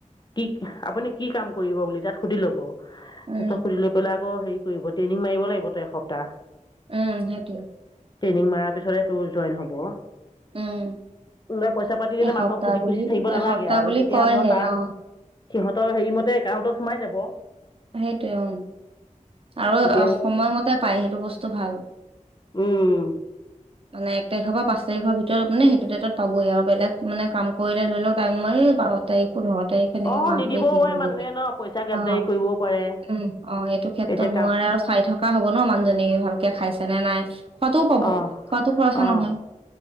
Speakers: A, on the left; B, on the right.
A: কি আপুনি কি কাম?? কৰিব বুলি তাত সুধি লব তাৰ
B: উম
A: পিছত সুধি লৈ পেলাই আকৌ হেৰি কৰিব ট্ৰেইনিং মাৰিব লাগিব তই এসপ্তাহ
B: উম সেইটোৱে।
A: ট্ৰেইনিং মৰাৰ পিছতে তোৰ জইন হ'ব। কোনোবাই
B: উম
A: পইচা পাতি তেতিয়া
B: এসপ্তাহ
A: মানুহক সুধি
B: বুলি
A: পুচি থাকিব নালাগে
B: এসপ্তাহ
A: আৰু
B: বুলি
A: তেতিয়া
B: কয়হে
A: ধৰ তাৰ
B: অ
A: সিহঁতৰ হেৰি মতে একাউণ্টত সোমাই যাব।
B: সেইটোৱে অ। আৰু
A: তেতিয়া
B: সময়মতে পাই সেইটো বস্তু ভাল।
A: উম
B: মাইক তাৰিখৰ পৰা পাঁচ তাৰিখৰ ভিতৰত মানে সেইটো ডেটত পাবই আৰু বেলেগ মানে কাম কৰিলে ধৰি লওক টাইম বাৰ তাৰিখ পোন্ধৰ তাৰিখ সনেকে
A: অঁ
B: মাহটোৱে
A: নিদিবও
B: শেষ
A: পাৰে
B: হৈ
A: মানুহে
B: গৈ
A: ন পইচা গাদদাৰি
B: অ
A: কৰিবও পাৰে
B: উম অ এইটো ক্ষেত্ৰ
A: এতিয়া
B: নোৱাৰে
A: কাম
B: আৰু চাই থকা হব ন মানুজনী। ভালকে খাইছে নে নাই? খোৱাটোও পাব
A: অঁ
B: খোৱাটো খৰচা
A: অঁ
B: নহয়।